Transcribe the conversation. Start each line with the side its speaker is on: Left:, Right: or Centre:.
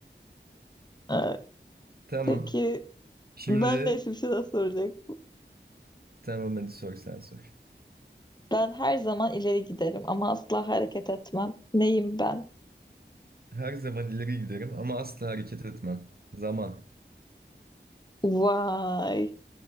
Left: Evet.
Right: Tamam.
Left: Peki
Right: Şimdi
Left: ben neyse bir şey daha soracak.
Right: tamam hadi sor sen sor.
Left: Ben her zaman ileri giderim ama asla hareket etmem. Neyim ben?
Right: Her zaman ileri giderim ama asla hareket etmem. Zaman.
Left: Vay.